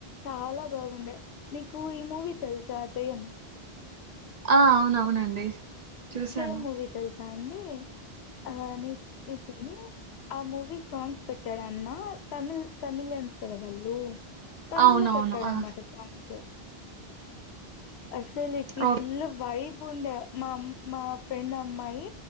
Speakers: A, on the left; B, on the right.
A: చాలా బాగుండే నీకు ఈ మూవీ తెలుసా జయం
B: ఆ అవునవునండి చూసాను
A: జయం మూవీ తెలుసా అండి ఆ నీ నీ ఇన్ని ఆ మూవీ సాంగ్స్ పెట్టాడు ఇలా అన్నా తమిళ్ తమిళ్ళన్స్ కదా వాళ్ళు లోమ్ తమిళ్
B: అవునవును
A: లో పెట్టాడనమాట
B: ఆ
A: సాంగ్స్ అసలు లేెకిి
B: ఓ
A: ఫుల్ వయి ఉండ మామ్ మా ఫ్రెండ్ అమ్మాయి